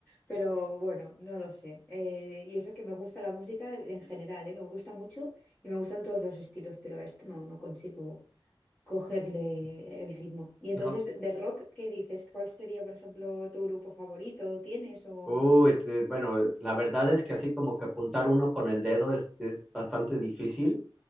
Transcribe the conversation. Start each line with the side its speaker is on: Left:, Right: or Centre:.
Left: Pero bueno, no lo sé. Eh, y eso que me gusta la música en general, ¿eh? Me gusta mucho y me gustan todos los estilos, pero a esto no, no consigo cogerle el ritmo. Y entonces,
Centre: No.
Left: de rock, ¿qué dices? ¿Cuál sería, por ejemplo, tu grupo favorito? ¿Tienes o
Centre: Uy, te- bueno, la verdad es que así como que apuntar uno con el dedo es, es bastante difícil.